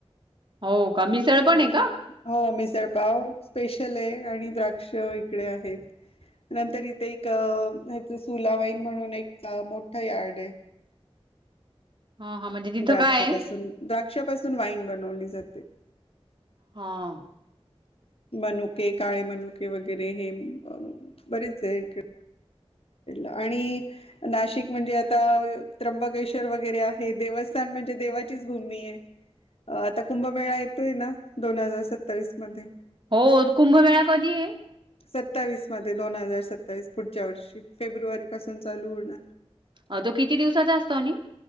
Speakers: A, on the right; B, on the left.
A: हो. का पण
B: मिसळ
A: आहे का?
B: हो मिसळ पाव स्पेशल आहे. आणि द्राक्ष इकडे आहेत नंतर इथे एक ह्याच सुलावाईन म्हणून एक मोठं यार्ड आहे.
A: हां, हां म्हणजे तिथं
B: द्राक्षापासून,
A: काय आहे?
B: द्राक्षापासून वाईन बनवली जा जाते.
A: हा.
B: मनुके, काळे मनुके वगैरे हे बरेच आहे. आणि नाशिक म्हणजे आता त्र्यंबकेश्वर वगैरे आहे. देवस्थान म्हणजे देवाचीच भूमी आहे. आता कुंभमेळा येतोय ना दोन हजार सत्तावीस मध्ये
A: हो कुंभमेळा कधी आहे?
B: सत्तावीस मध्ये दोन हजार सत्तावीस पुढच्या वर्षी फेब्रुवारीपासून चालू होणार
A: अ तो किती दिवसाचा असतो आणि?